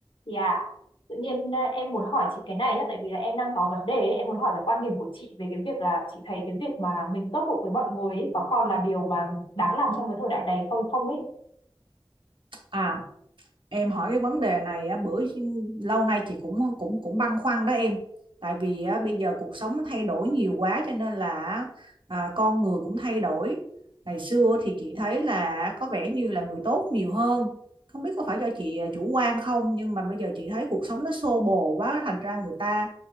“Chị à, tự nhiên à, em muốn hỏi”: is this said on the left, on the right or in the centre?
Left